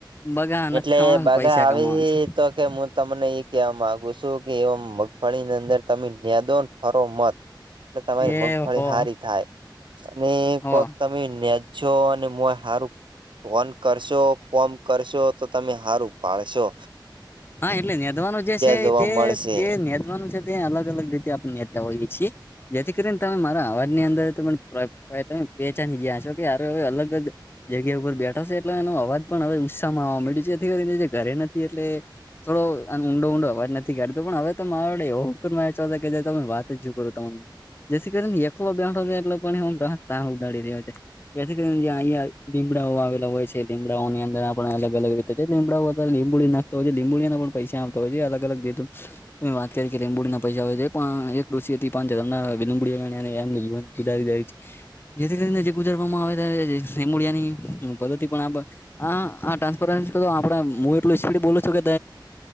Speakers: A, on the left; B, on the right.
A: બગા નથી
B: એટલે
A: ખાવાનું
B: બાગા
A: પૈસા
B: આવે
A: કમાવાનું
B: છે
A: છે
B: તો કે હું તમને એ કેવા માંગુ છું કે એ મગફળીની અંદર. તમે નેદોન ફરો મત એટલે તમારી
A: હ એ
B: મગફળી
A: હો
B: હારી થાય. અને
A: હો
B: કોક તમે નેનેજો અને મો હારું કોમ કરશો કોમ કરશો તો તમે હારું ઉપાડશો
A: હા એટલે નેધવાનું જે છે
B: જોવા
A: તે
B: મળશે
A: તે નેધવાનું છે તે અલગ અલગ રીતે આપણે ઈ છી જેથી. ને તમે મારા અવાજ ની અંદર તમે વેચાની જયા છો કે અલગ જ. જગ્યા ઉપર બેઠા છે એટલે એનો અવાજ પણ હવે ઉત્સાહમાં આવવા મળ્યો છે જેથી કરીને જે ઘરે નથી એટલે. થોડો અ ઊંડો ઊંડો અવાજ નથી કાઢતો પણ હવે તો મારા વડે એવક કે તમે વાત જ કરો તમા. જેથી કરીને એક બેઠાય એટલે પણ તં ઉડાડી રહ્યો છે. જેથી કરીને યા અહંયા લીમડાઓ આવેલા હોય છે લીમડાઓ ની અંદર આપણે અલગ અલગ. લડા લીંબુડી નાખતા હોય છે લીંબુડીના પણ પૈસા આવતા હોય છે અલગ અલ જેતુ. વાત કરી કે લીંબુડી ના પૈસા આવે પણ એક ડોસી હતી પાં હમ લીંબડી એમી. ગુજારી દાય છે જેથી કરીને જે ગુજારવામાં આવેમળિયાની પદ્ધતિ પણ આ. હા હ ટ્રાન્સપો આપડે હું એટલું બોલું છું